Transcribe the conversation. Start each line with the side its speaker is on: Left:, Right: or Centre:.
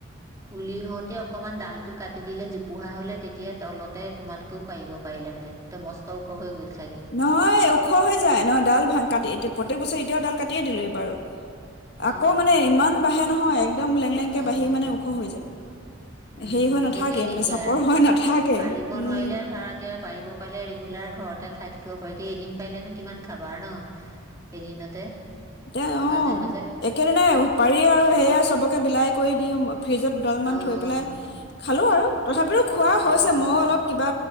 Right: পুলি হওঁতে অকমান ডাল টো কাটি দিলে, জোপোহা হ'লে, তেতিয়া তলতে তোমালোকেও পাৰিব পাৰিলা হেঁতেন। মস্ত ওখ হৈ গ'ল চাগে।
Left: নহয়, ওখ হৈ যায়। নহয়, ডাল ভাং, কাটি এতিয়া প্ৰত্যেক বছৰে য়া ডাল কাটিয়ে দিলোঁ। এইবাৰো
Right: অ',
Left: আকৌ, মানে, ইমান বাঢ়ে নহয়। একদম লেং-লেংকে
Right: অ',
Left: বাঢ়ি, মানে, ওখ হৈ যায়।
Right: উম,
Left: হেৰি হৈ নাথাকে
Right: সেইটোৱেই দিগদাৰ।
Left: মানে চাপৰ হৈ নাথাকে
Right: পাৰিব
Left: উম
Right: নোৱাৰিলে, ধৰা, এতিয়া পাৰিব পাৰিলে ৰেগুলাৰ ঘৰতে খাই থাকি কিবা পাৰি। এতিয়া এদিন পাৰিলেনো, কিমান খাবা আৰু ন, এদিনতে
Left: এ,
Right: মাজে
Left: অ'।
Right: মাজে
Left: একেদিনাই পাৰি আৰু সেয়া চবকে বিলাই কৰি দিওঁ ফ্ৰিজত দুডালমান
Right: অ',
Left: থৈ পেলাই খালো, আৰু তথাপিও খোৱা
Right: অ',
Left: হৈছে। ময়ো অলপ কিবা